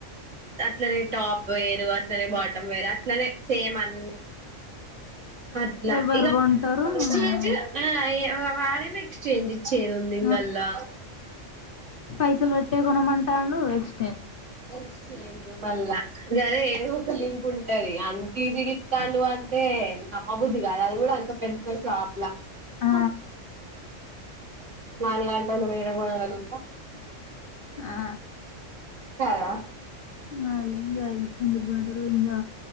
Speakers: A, on the right (about 70°); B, on the left (about 50°).
A: అట్లనే టాప్ వేరు అట్లనే బాటమ్ వేరు అట్లనే సేమ్ అన్ని అట్లా
B: ఎవరు
A: ఇక
B: కొంటారు
A: ఎక్స్చేంజ
B: ఆ,
A: ఆ ఇగ వాడేమో ఎక్స్చేజ్ చ్చేదుందిగలా
B: ఆ పైసలు పట్టే కొనమంటండు ఎక్స్
A: ఎక్స్చేంజి మల్ల గాదె ఏందో ఒక లింక్ ఉం తది అంత ఈజీగా ఇత్తలు అంటే నమ్మబుద్ధి కాదు అది కూడా అంత పెద్ద షాప్ లా
B: ఆ
A: అ మనలాంటోలు మేడం కూడా అనలు
B: ఆ
A: కదా
B: మళ్ళీ ఇంకా ఎందుకు అంటారు ఇంకా